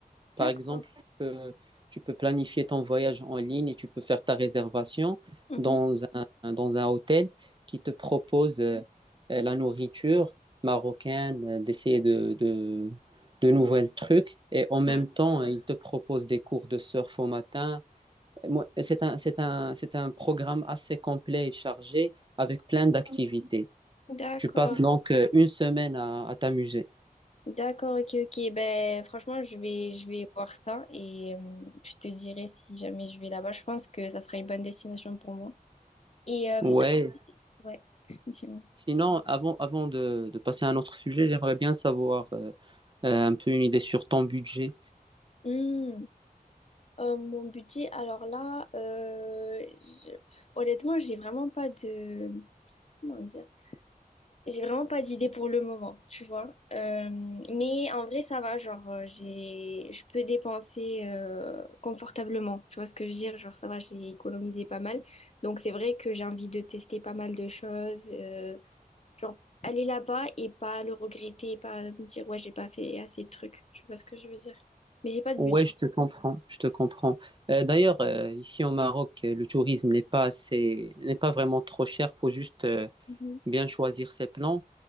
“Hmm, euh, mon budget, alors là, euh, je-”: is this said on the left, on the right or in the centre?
Left